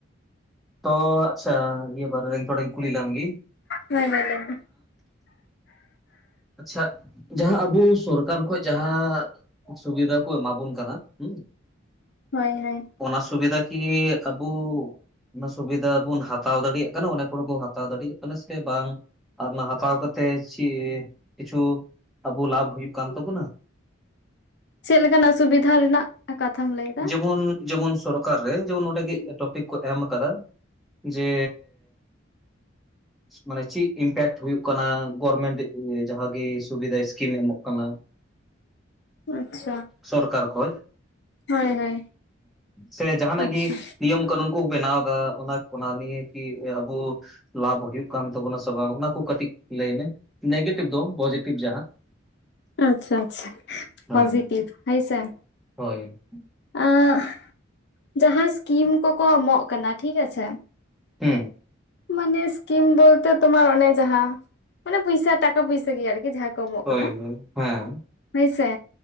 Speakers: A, in the centre; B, on the left.
A: ᱛᱚ ᱟᱪᱪᱷᱟ ᱤᱭᱟᱹ ᱵᱟᱨᱮ ᱛᱷᱚᱲᱟᱧ ᱠᱩᱞᱤᱞᱟᱢ ᱜᱤ
B: ᱦᱳᱭ ᱦᱳᱭ ᱞᱟᱹᱭ ᱢᱮ
A: ᱟᱪᱪᱷᱟ ᱡᱟᱦᱟᱸ ᱟᱵᱚ ᱥᱚᱨᱠᱟᱨ ᱠᱷᱚᱡ ᱡᱟᱦᱟᱸ ᱥᱩᱵᱤᱫᱷᱟ ᱠᱚ ᱮᱢᱟᱵᱚᱱ ᱠᱟᱱᱟ ᱦᱩᱸ
B: ᱦᱳᱭ ᱦᱳᱭ
A: ᱚᱱᱟ ᱥᱩᱵᱤᱫᱷᱟ ᱠᱤ ᱟᱵᱩ ᱚᱱᱟ ᱥᱩᱵᱤᱫᱷᱟ ᱵᱚᱱ ᱦᱟᱛᱟᱣ ᱫᱟᱲᱮᱭᱟᱜ ᱠᱟᱱᱟ ᱚᱱᱮ ᱠᱚᱨᱮ ᱠᱚ ᱦᱟᱛᱟᱣ ᱫᱟᱲᱮᱭᱟᱜ ᱠᱟᱱᱟ ᱥᱮ ᱵᱟᱝ ᱟᱨ ᱚᱱᱟ ᱦᱟᱛᱟᱣ ᱠᱟᱛᱮᱫ ᱪᱮᱜ ᱠᱤᱪᱷᱩ ᱟᱵᱚ ᱞᱟᱵᱷ ᱦᱩᱭᱩᱜ ᱠᱟᱱ ᱛᱟᱵᱳᱱᱟ
B: ᱪᱮᱫ ᱞᱮᱠᱟᱱᱟᱜ ᱥᱩᱵᱤᱫᱷᱟ ᱨᱮᱱᱟᱜ ᱠᱟᱛᱷᱟᱢ ᱞᱟᱹᱭ ᱫᱟ
A: ᱡᱮᱢᱚᱱ ᱡᱮᱢᱚᱱ ᱥᱚᱨᱠᱟᱨ ᱨᱮ ᱡᱮᱢᱚᱱ ᱚᱸᱰᱮ ᱜᱮ ᱴᱚᱯᱤᱠ ᱠᱚ ᱮᱢ ᱟᱠᱟᱫᱟ ᱡᱮ ᱢᱟᱱᱮ ᱪᱮᱫ ᱤᱢᱯᱮᱠᱴ ᱦᱩᱭᱩᱜ ᱠᱟᱱᱟ ᱜᱚᱵᱚᱨᱢᱮᱱᱴ ᱡᱟᱦᱟᱸᱟᱜᱮ ᱥᱩᱵᱤᱫᱟ ᱥᱠᱤᱢᱮ ᱮᱢᱚᱜ ᱠᱟᱱᱟ
B: ᱟᱪᱪᱷᱟ
A: ᱥᱚᱨᱠᱟᱨ ᱠᱷᱚᱡ
B: ᱦᱳᱭ ᱦᱳᱭ
A: ᱥᱮ ᱡᱟᱦᱟᱱᱟᱜ
B: ᱟᱪᱪᱷᱟ
A: ᱜᱮ ᱱᱤᱭᱚᱢ ᱠᱟᱹᱱᱩᱱ ᱠᱚ ᱵᱮᱱᱟᱣ ᱫᱟ ᱚᱱᱟ ᱱᱤᱭᱮ ᱠᱤ ᱟᱵᱩ ᱞᱟᱵᱷ ᱦᱩᱭᱩᱜ ᱠᱟᱱ ᱛᱟᱵᱚᱱᱟ ᱥᱮ ᱵᱟᱝ ᱚᱱᱟ ᱠᱚ ᱠᱟᱹᱴᱤᱡ ᱞᱟᱹᱭ ᱢᱮ ᱱᱮᱜᱮ ᱴᱤᱯ ᱫᱚ ᱯᱚᱡᱤᱴᱤᱵᱷ ᱡᱟᱦᱟᱸ
B: ᱟᱪᱪᱷᱟ ᱟᱪᱪᱷᱟ
A: ᱦᱩᱸ
B: ᱯᱚᱡᱤᱴᱤᱵᱷ ᱦᱳᱭ ᱥᱮ
A: ᱦᱳᱭ
B: ᱟᱸᱜ ᱡᱟᱦᱟᱸ ᱥᱠᱤᱢ ᱠᱚᱠᱚ ᱮᱢᱚᱜ ᱠᱟᱱᱟ ᱴᱷᱤᱜᱟᱪᱷᱮ
A: ᱦᱩᱸ
B: ᱢᱟᱱᱮ ᱥᱠᱤᱢ ᱵᱚᱞᱛᱮ ᱛᱳᱢᱟᱨ ᱚᱱᱮ ᱡᱟᱦᱟᱸ, ᱢᱟᱱᱮ ᱯᱩᱭᱥᱟ ᱴᱟᱠᱟ ᱯᱩᱭᱥᱟᱹ ᱜᱮ ᱟᱨᱠᱤ ᱡᱟᱦᱟᱸᱼᱼ ᱠᱚᱢᱚᱜ
A: ᱦᱳᱭ
B: ᱠᱟᱱᱟ
A: ᱦᱳᱭ ᱦᱮᱸ
B: ᱦᱳᱭᱥᱮ